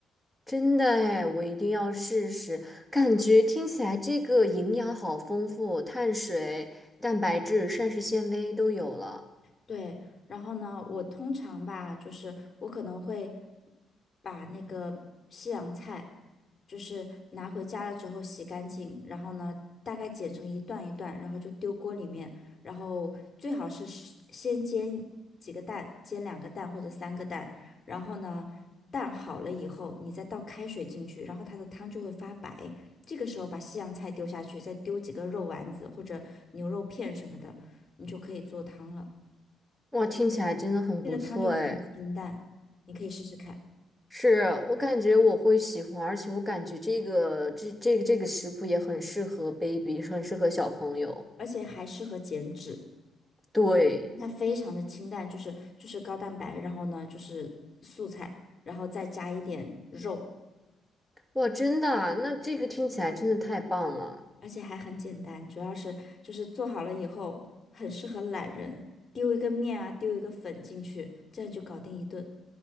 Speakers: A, in the centre; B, on the left (about 30°).
A: 真的哎，我一定要试试。感觉听起来这个营养好丰富，碳水、蛋白质、膳食纤维都有了。
B: 对，然后呢，我通常吧，就是我可能会把那个西洋菜，就是拿回家了之后洗干净，然后呢，大概剪成一段一段，然后就丢锅里面，然后最好是是先煎一几个蛋，煎两个蛋或者三个蛋，然后呢，蛋好了以后，你再倒开水进去，然后它的汤就会发白，这个时候把西洋菜丢下去，再丢几个肉丸子或者牛肉片什么的，你就可以做汤了。
A: 哇，听起来真的很不错哎！
B: 这个汤就很清淡，你可以试试看，
A: 是我感觉我会喜欢，而且我感觉这个这这个这个食谱也很适合 baby，很适合小朋友。
B: 而且还适合减脂。
A: 对，
B: 它非常的清淡，就是就是高蛋白，然后呢就是素菜，然后再加一点肉，
A: 哇，真的啊那这个听起来真的太棒了。
B: 而且还很简单。主要是就是做好了以后，很适合懒人，丢一个面啊，丢一个粉进去，这样就搞定一顿。